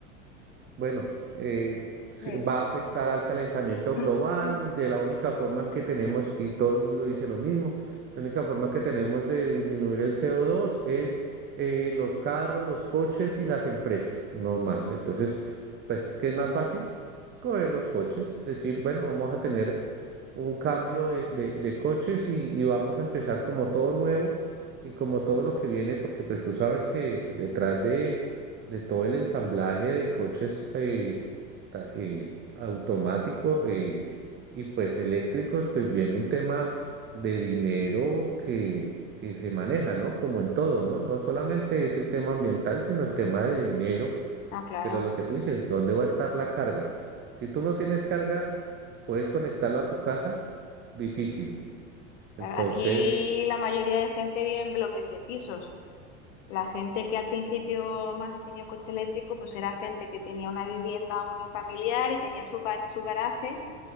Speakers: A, on the right (about 30°); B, on the left (about 65°).
A: bueno, eh, se
B: Sí.
A: va a afectar al calentamiento
B: <clears throat>
A: global y de la única forma en que tenemos, y todo el mundo dice lo mismo, la única forma que tenemos de disminuir el CO2 es eh, los carros, los coches y las empresas, no más. Entonces, pues, ¿qué es más fácil? Coger los coches, decir, bueno, vamos a tener un cambio de, de- de coches y, y vamos a empezar como todo nuevo y como todo lo que viene, porque pues tú sabes que detrás de de todo el ensamblaje de coches eh, ta- eh, automáticos eh, y pues eléctricos, pues viene un tema de dinero que, que se maneja, ¿no? Como en todo, ¿no? No solamente es el tema ambiental, sino el tema de dinero,
B: Ah, claro.
A: pero lo que tú dices, ¿dónde va a estar la carga? Si tú no tienes carga, ¿puedes conectarlo a tu casa? Difícil. Entonces,
B: Claro, Aquí la mayoría de gente vive en bloques de pisos. La gente que al principio más ha tenido coche eléctrico, pues era gente que tenía una vivienda unifamiliar y tenía su, ga- su garaje